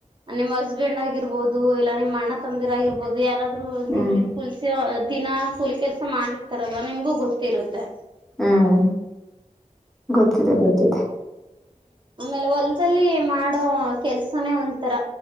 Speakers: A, on the right; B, in the centre.
A: ನಿಮ್ ಹಸ್ಬೆಂಡ್ ಆಗಿರ್ಬೋುದು ಇಲ್ಲಾ ನಿಮ್ಮ್ ಅಣ್ಣ ತಂದಿರ್ ಆಗಿರ್ಬೋುದು ಯಾರಾದ್ರು
B: ಹ್ಮ್
A: ದಿನನ್ಗಿಲ್ ಕುಲ್ಸಿ ದಿನ ಕೂಲಿ ಕೆಲ್ಸ ಮಾಡಿರ್ತಾರಲ್ವಾ ನಿಮ್ಗೂ ಗೊತ್ತಿರುತ್ತೆ
B: ಹ್ಮ್ ಗೊತ್ತಿದೆ ಗೊತ್ತಿದೆ
A: ಹೊಲ್ಲ್ಲಿ ಮಾಡೋ ಕೆಲ್ಸನೇ ಒಂಥರ